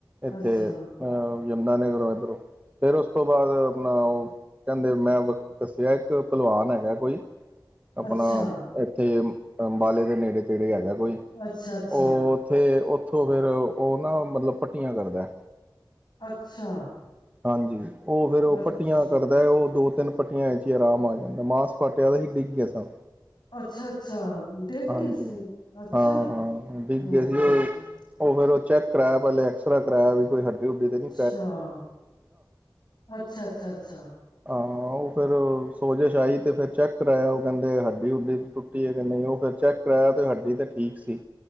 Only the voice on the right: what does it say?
ਇੱਥੇ।
ਅਹ ਨਾਨੇ ਘਰੋਂ ਇਧਰੋਂ, ਫੇਰ ਉਸ ਤੋਂ ਬਾਅਦ ਆਪਣਾ ਉਹ ਕਹਿੰਦੇ ਮੈਂ ਦੱਸਿਆ ਇੱਕ ਭਲਵਾਨ ਹੈਗਾ ਕੋਈ ਆਪਣਾ
ਇੱਥੇ ਹੀ ਅੰਬਾਲੇ ਦੇ ਨੇੜੇ ਤੇੜੇ ਹੈਗਾ ਕੋਈ,
ਉਹ ਉੱਥੇ ਉਥੋਂ ਫੇਰ ਉਹ ਨਾ ਮਤਲਬ ਪੱਟੀਆਂ ਕਰਦੈ।
ਹਾਂਜੀ ਉਹ ਫੇਰ ਉਹ
ਪੱਟੀਆਂ ਕਰਦੈ ਹੈ ਉਹ ਦੋ ਤਿੰਨ ਪੱਟੀਆਂ ਚ ਹੀ ਆਰਾਮ ਆ ਜਾਂਦਾ ਮਾਸ ਫਟਿਆ ਪਿਆ ਸੀ ਡਿੱਗ ਗਏ ਸਨ।
ਹਾਂਜੀ
ਹਾਂ
ਹਾਂ ਡਿੱਗ ਗਏ ਸੀ ਉਹ ਉਹ ਫਿਰ ਉਹ ਚੈੱਕ ਕਰਾਇਆ ਪਹਿਲੇ ਐਕਸ ਰੇ ਕਰਾਇਆ ਬਈ ਕੋਈ ਹੱਡੀ ਹੁੱਡੀ ਤੇ ਨਹੀਂ।
ਹਾਂ ਉਹ ਫਿਰ ਸੋਜਿਸ਼ ਆਈ ਤੇ ਫਿਰ ਚੈੱਕ ਕਰਾਇਆ, ਉਹ ਕਹਿੰਦੇ ਹੱਡੀ ਹੁਡੀ ਟੁੱਟੀ ਹੈ, ਕਿ ਨਹੀਂ ਉਹ ਫਿਰ ਚੈੱਕ ਕਰਾਇਆ ਤੇ ਹੱਡੀ ਤੇ ਠੀਕ ਸੀ।